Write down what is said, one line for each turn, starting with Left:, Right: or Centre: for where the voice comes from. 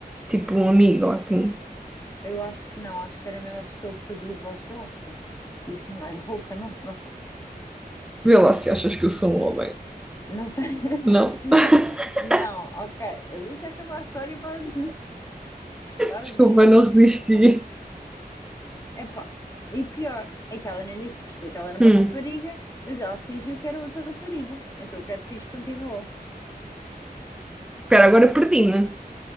Centre: Tipo um amigo assim.
Left: eu acho que não, acho que era a mesma pessoa que fazia voz grossa e assim mais rouca, não, não sei,
Centre: Vê lá se achas que eu sou um homem.
Left: não sei, <laughs>
Centre: Não.
Left: não,
Centre: <laughs>
Left: não, ok, deixa acabar a história e para de, para
Centre: Desculpa,
Left: de gozar
Centre: não
Left: com a
Centre: resisti.
Left: situação. Epá, e pior é que ela no início percebeu que ela era uma
Centre: Hum.
Left: rapariga, mas ela fingiu que era outra rapariga. Então o catfish continuou.
Centre: Espera, agora perdi-me.